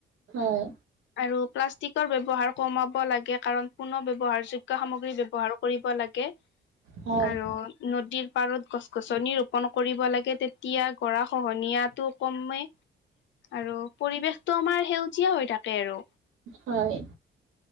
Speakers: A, on the right (about 85°); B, on the left (about 70°).
A: হয়
B: আৰু প্লাচ টিকৰ ব্যৱহাৰ কমাব লাগে কাৰণ পুনৰ ব্যৱহাৰযোগ্য সামগ্ৰী ব্যৱহাৰ কৰিব লাগে।
A: হয়,
B: আৰু নদীৰ পাৰত গছ-গছনি ৰোপন কৰিব লাগে তেতিয়া গৰা খহনীয়াতো কমেই আৰু পৰিৱেশটো আমাৰ সেউজীয়া হৈ থাকে আৰু।
A: হয়।